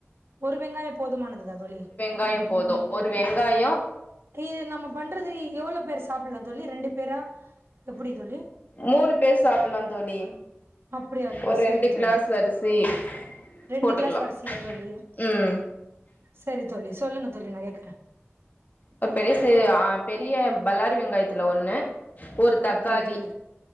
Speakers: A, on the right; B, on the left.
A: ஒரு வெங்காய போதுமானதுதா தோழி
B: காயபோது ஒரு வெங்காயொ
A: இது நம்ம பண்றது எவ்ளோ பேரு சாப்பிட்ல்லா தோழி ரெண்டு பேரா எப்புடி தோழி
B: மூணு பேரு சாப்புல்லா தோழி
A: அப்புடியா தோழி
B: ஒரு
A: செரி
B: ரெண்டு
A: தோழி
B: கிளாஸ் அரிசி
A: ரெண்டு
B: போட்டுக்கலா
A: கிளாஸ் அரிசியா தோழி
B: ம்
A: சரி தோழி சொல்லுங்க நா கேக்குறே
B: ஒரு பெருசு ஆ பெரிய பல்லாரி வெங்காயத்துல ஒண்ணு ஒர் தக்காளி
A: அப்படியா தோழி